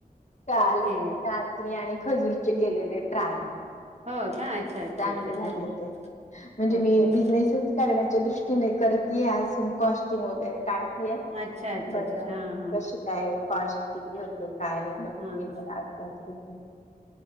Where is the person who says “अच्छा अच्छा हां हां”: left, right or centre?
Right